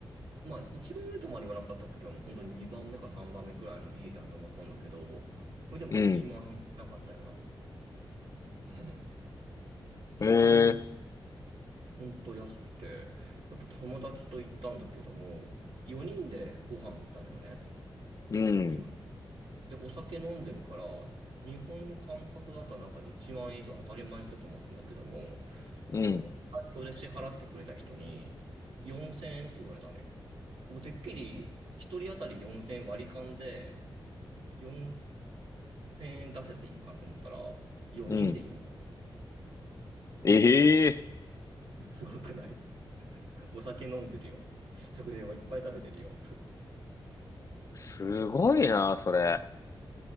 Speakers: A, on the right; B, on the left.
A: まあ一番上とまではわなかったけど、もう本当に2番目か3番目くらいのいい部屋に泊まったんだけど、それでもなんか1万円しなかったような。
B: うん。
A: うん。食事も
B: えー、
A: 本当安くて、あと友達と行ったんだけども、4人でご飯行ったのよね。
B: うん。
A: 夕飯。で、お酒飲んでるから、日本の感覚だったらなんか1万円以上当たり前にすると思ったんだけども、
B: うん。
A: その、代表で支払ってくれた人に4000円って言われたのよ。僕、てっきり1人当たり4000円割り勘で4000円出せって意味かなと思ったら、4人で4、
B: うん。ええー、
A: すごくない <laughs> お酒飲んでるよ。食事もいっぱい食べてるよ。
B: すごいな、それ。